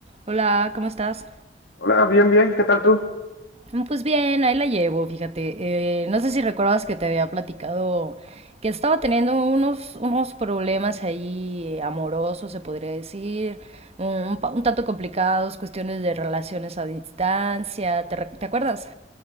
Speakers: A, on the right (about 35°); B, on the left (about 80°).
A: Hola, ¿cómo estás?
B: Hola, bien, bien, ¿qué tal tú?
A: Mm, Pues bien, ahí la llevo, fíjate. Eh, no sé si recuerdas que te había platicado que estaba teniendo unos, unos problemas ahí eh, amorosos, se podría decir, un, pa- un tanto complicados, cuestiones de relaciones a distancia, ¿te, re- te acuerdas?